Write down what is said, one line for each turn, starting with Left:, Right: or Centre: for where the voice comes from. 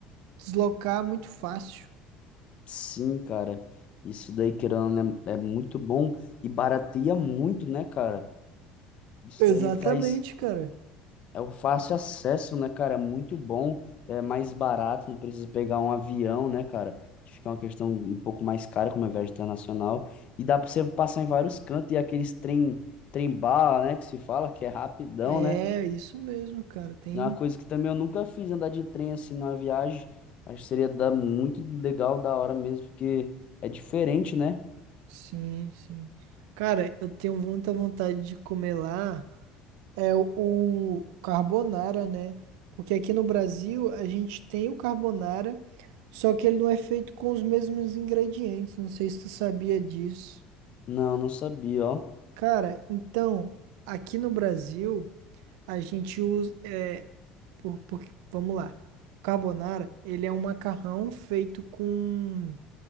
Right: deslocar muito fácil.
Left: Sim, cara. Isso daí, querendo, ou não, é é muito bom e barateia muito, né, cara? Isso
Right: Exatamente,
Left: daí faz.
Right: cara.
Left: É o fácil acesso, né, cara? É muito bom, é mais barato, não precisa pegar um avião, né, cara? Que fica uma questão um pouco mais cara, como é viagem internacional. E dá pra você passar em vários cantos e aqueles trem, trem bala, né, que se fala, que é rapidão,
Right: É
Left: né?
Right: isso mesmo, cara. Tem
Left: É uma coisa que também eu nunca fiz, andar de trem assim numa viagem. Acho que seria dar muito legal, da hora mesmo, porque é diferente, né?
Right: Sim, sim. Cara, eu tenho muita vontade de comer lá é o, o carbonara, né? Porque aqui no Brasil a gente tem o carbonara, só que ele não é feito com os mesmos ingredientes. Não sei se tu sabia disso.
Left: Não, não sabia, ó.
Right: Cara, então, aqui no Brasil a gente usa é por, por- vamos lá. O carbonara, ele é um macarrão feito com